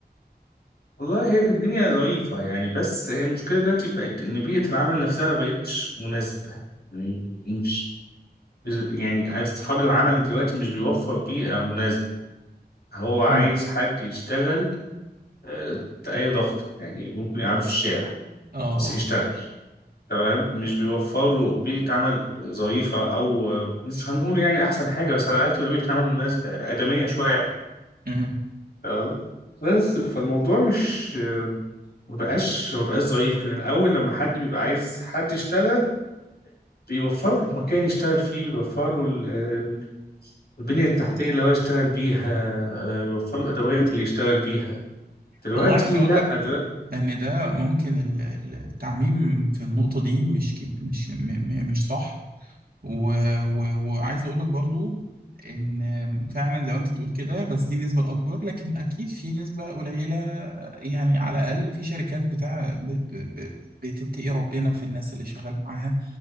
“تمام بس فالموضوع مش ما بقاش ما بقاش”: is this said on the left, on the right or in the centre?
Left